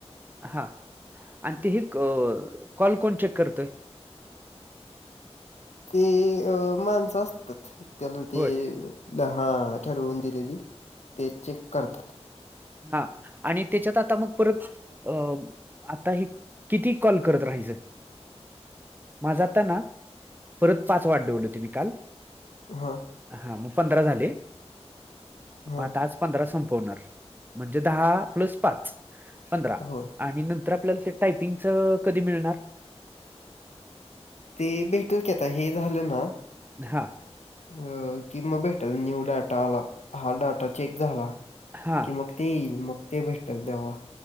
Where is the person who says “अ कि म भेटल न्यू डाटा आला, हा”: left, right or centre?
Left